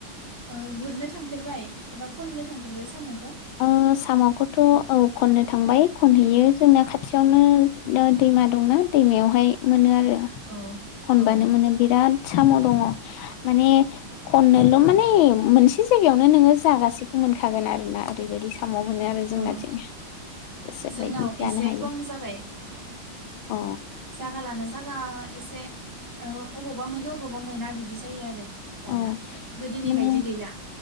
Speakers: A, on the right; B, on the left.
A: ओ गुरनो थांफेरबाय एबा खननो थांफेरबाय साम'खौ
B: ओ साम'खौथ' औ खननो थांबाय खनहैयो जोंना खाथियावनो दैमा दंना दैमायावहाय मोनो आरो
A: औ
B: <unintelligible> खनबानो
A: औ
B: मोनो बिराद साम' दङ माने खननोल' माने मोनसे जायगायावनो नोङो जागासेखौ मोनखागोन आरोना ओरैबायदि सा साम' मोनो आरो जोंनाथिं
A: औ
B: गोसो
A: जोंनाव
B: बायदि जानो
A: एसे
B: हायो
A: खम जाबाय
B: अ
A: जागा लाना जागा एसे ओ अबावबा मोनो अबावबा मोना बिदि जायो आरो दाना
B: औ
A: गोदोनि
B: माने
A: बायदि गैला